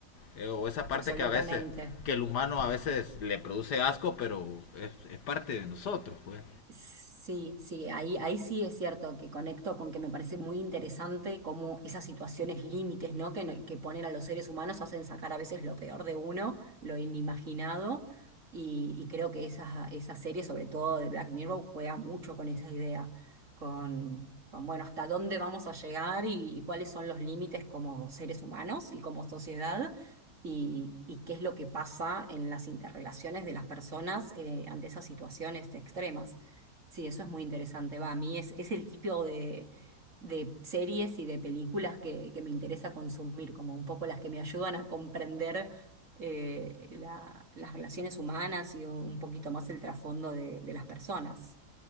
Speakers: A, on the left; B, on the right.
A: eh, o esa parte
B: absolutamente.
A: que a veces, que el humano a veces le produce asco, pero es, es parte de nosotros, pues.
B: Sí, sí, ahí, ahí sí es cierto que conecto con que me parece muy interesante cómo esas situaciones límites, ¿no? Que, no- que ponen a los seres humanos hacen sacar a veces lo peor de uno, lo inimaginado, y, y creo que esa, esa serie, sobre todo de Black Mirror, juega mucho con esa idea, con, con bueno, hasta dónde vamos a llegar y, y cuáles son los límites como seres humanos y como sociedad. Y, y qué es lo que pasa en las interrelaciones de las personas eh, ante esas situaciones extremas. Sí, eso es muy interesante. Va, a mí es, es el tipo de, de series y de películas que, que me interesa consumir, como un poco las que me ayudan a comprender eh, la- las relaciones humanas y un poquito más el trasfondo de, de las personas.